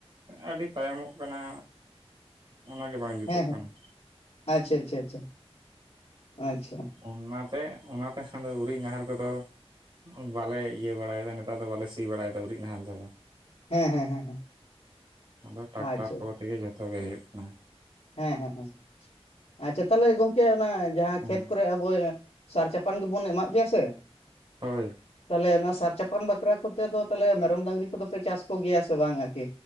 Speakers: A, on the right (about 50°); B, on the left (about 90°).
A: ᱟᱹᱰᱤ ᱛᱟᱭᱚᱢᱚᱜ ᱠᱟᱱᱟ᱾ ᱚᱱᱟᱜᱮ ᱵᱟᱝ ᱡᱩᱛᱩᱜ
B: ᱦᱮᱸ ᱦᱮᱸ
A: ᱠᱟᱱᱟ᱾
B: ᱟᱪᱪᱷᱟ ᱟᱪᱪᱷᱟ ᱟᱪᱪᱷᱟ, ᱟᱪᱪᱷᱟ᱾
A: ᱚᱱᱟᱛᱮ ᱚᱱᱟᱛᱮ ᱥᱟᱸᱜᱨ ᱩᱨᱤᱡ ᱱᱟᱦᱮᱞ ᱠᱚᱫᱚ᱾ ᱵᱟᱞᱮ ᱤᱭᱟᱹ ᱵᱟᱲᱟᱭᱮᱫᱟ ᱱᱮᱛᱟᱨ ᱫᱚ ᱵᱟᱞᱮ ᱥᱤ ᱵᱟᱲᱟᱭᱮᱫᱟ ᱩᱨᱤᱡ ᱱᱟᱦᱮᱞ ᱛᱮᱫᱚ᱾
B: ᱦᱮᱸ ᱦᱮᱸ ᱦᱮᱸ ᱦᱮᱸ
A: ᱟᱫᱚ ᱴᱨᱟᱠᱴᱟᱨ
B: ᱟᱪᱪᱷᱟ
A: ᱠᱚ ᱛᱮᱜᱮ ᱡᱷᱚᱛᱚ ᱜᱮ ᱦᱩᱭᱩᱜ ᱠᱟᱱᱟ᱾
B: ᱦᱮᱸ ᱦᱮᱸ ᱦᱮᱸ ᱟᱪᱪᱷᱟ ᱛᱟᱦᱚᱞᱮ ᱜᱚᱝᱠᱮ ᱚᱱᱟ ᱡᱟᱦᱟᱸ
A: ᱦᱮᱸ
B: ᱠᱷᱮᱛ ᱠᱚᱨᱮ ᱵ ᱥᱟᱨ ᱪᱟᱯᱟᱱ ᱜᱮᱵᱚᱱ ᱮᱢᱟᱜ ᱜᱮᱭᱟ ᱥᱮ᱾
A: ᱦᱳᱭ᱾
B: ᱛᱟᱦᱚᱞᱮ ᱚᱱᱟ ᱥᱟᱨ ᱪᱟᱯᱟᱱ ᱵᱟᱠᱷᱨᱟ ᱠᱚᱛᱮ ᱫᱚ ᱛᱟᱦᱚᱞᱮ ᱢᱮᱨᱚᱢ ᱰᱟᱝᱨᱤ ᱠᱚᱫᱚᱯᱮ ᱪᱟᱥ ᱠᱚᱜᱮᱭᱟ ᱥᱮ ᱵᱟᱝᱼᱟᱨᱠᱤ?